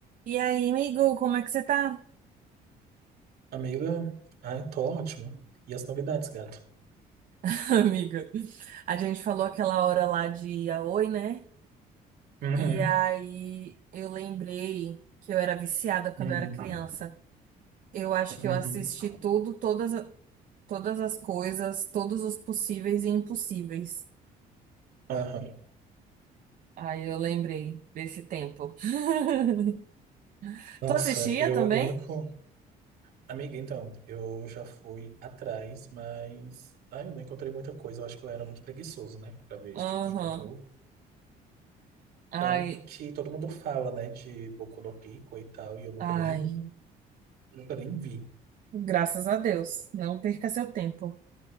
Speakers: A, on the right; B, on the right.
A: E aí, amigo, como é que você tá?
B: Amiga, ai, tô ótimo. E as novidades, gato?
A: <laughs> Amiga, a gente falou aquela hora lá de Yaoi, né?
B: Uhum,
A: E aí eu lembrei que eu era viciada quando
B: uhum,
A: eu era criança. Eu acho
B: uhum.
A: que eu assisti tudo, todas, a- todas as coisas, todos os possíveis e impossíveis.
B: Aham.
A: Aí eu lembrei desse tempo. <laughs>
B: Nossa,
A: Tu assistia
B: eu,
A: também?
B: o único. Amiga, então, eu já fui atrás, mas. Ai, eu não encontrei muita coisa. Eu acho que eu era muito preguiçoso, né, pra ver esse
A: Aham.
B: tipo de conteúdo.
A: Ai,
B: Tanto que todo mundo fala, né, de Boku no Pico e tal, e eu nunca
A: ai.
B: nem, nunca nem vi.
A: Graças a Deus. Não perca seu tempo.